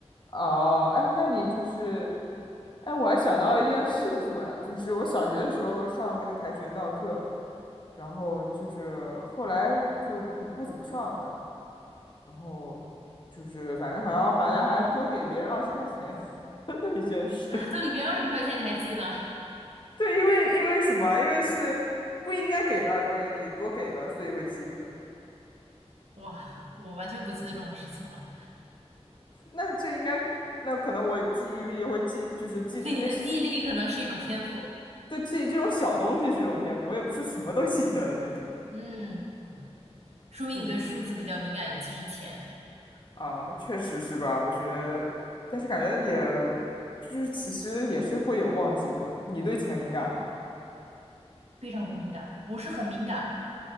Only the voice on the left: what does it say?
哦，哎，那你就是，哎，我还想到一件事，突然就是我小学的时候上那个跆拳道课，然后就是后来就不不怎么上了，然后就是反正好像好像还多给别人二十块钱 <laughs> 的一件事。
<laughs>
对，因为因为什么？因为是不应该给这二十块钱，你多给了，所以会记得。
那这应该，那可能我记忆力会记，就是记这些小，
对，记这种小东西是种天赋，我也不是什么都记得的那种。
嗯
啊，确实是吧？我觉得，但是感觉也，就是其实也是会有忘记的。你对钱敏感吗？